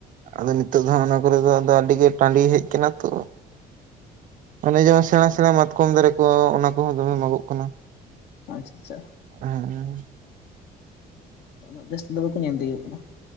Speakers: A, on the right (about 50°); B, on the left (about 70°).
A: ᱟᱫᱚ ᱱᱤᱛᱚᱜ ᱫᱚ ᱚᱱᱟ ᱠᱚᱨᱮ ᱫᱚ ᱦᱟᱜ ᱟᱹᱰᱤ ᱜᱮ ᱴᱟᱺᱰᱤ ᱦᱮᱡ ᱟᱠᱟᱱᱟ ᱛᱚ ᱚᱱᱮ ᱡᱮᱢᱚᱱ ᱥᱮᱬᱟ ᱥᱮᱬᱟ ᱢᱟᱛᱠᱚᱢ ᱫᱟᱨᱮ ᱠᱚ ᱚᱱᱟ ᱠᱚᱦᱚᱸ ᱫᱚᱢᱮ ᱢᱟᱜᱚᱜ ᱠᱟᱱᱟ
B: ᱟᱪᱪᱷᱟ ᱟᱪᱪᱷᱟ
A: ᱦᱮᱸᱻ
B: ᱩᱱᱟ. ᱜ ᱡᱟᱹᱥᱛᱤ ᱫᱚ ᱵᱟᱠᱚ ᱧᱮᱞ ᱛᱤᱭᱚᱜᱚᱜ ᱠᱟᱱᱟ